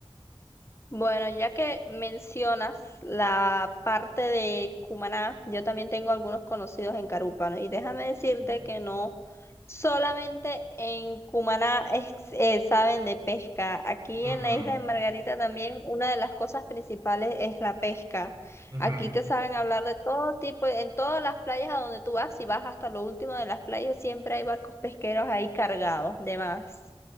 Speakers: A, on the left (about 25°); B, on the right (about 40°).
A: Bueno, ya que mencionas la parte de Cumaná, yo también tengo algunos conocidos en Carúpano y déjame decirte
B: Mm.
A: que no solamente en Cumaná es- eh, saben de pesca. Aquí
B: Ujú,
A: en la isla de Margarita también una de las cosas principales es la pesca.
B: ujú.
A: Aquí te saben hablar de todo tipo, en todas las playas a donde tú vas, si vas hasta lo último de las playas, siempre hay barcos pesqueros ahí cargados de más.